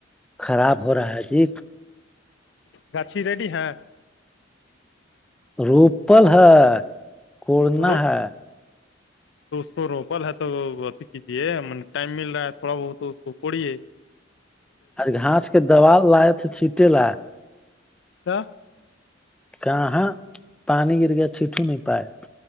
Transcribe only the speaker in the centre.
خراب ہو رہا ہے جی
روپل ہے کورنا
ہے
ا گھاس کے دیال لاائے تھے چھیٹے ل
کہاں پانی گر گیا چٹو نہیں پائے